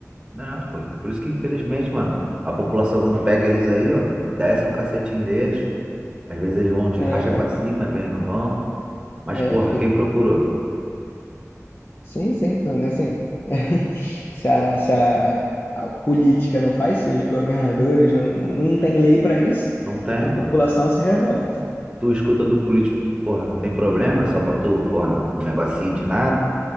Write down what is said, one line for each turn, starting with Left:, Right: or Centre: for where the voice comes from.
Right: Né, pô. Por isso que, infelizmente, mano, a população, quando pega eles aí, ó, desce um cacetinho neles. Às vezes eles vão de
Left: É,
Right: racha
Left: cara.
Right: pra cima, às vezes não vão. Mas,
Left: É,
Right: porra,
Left: filho.
Right: quem procurou?
Left: Sim, sim. Não, assim. <laughs> Se a, se a, a política não faz, se os governadores não, não, não tem lei para isso,
Right: Não tem,
Left: a
Right: pô.
Left: população se revolta.
Right: Tu escuta do político que, porra, não tem problema, é só pra tu, porra, um negocinho de nada.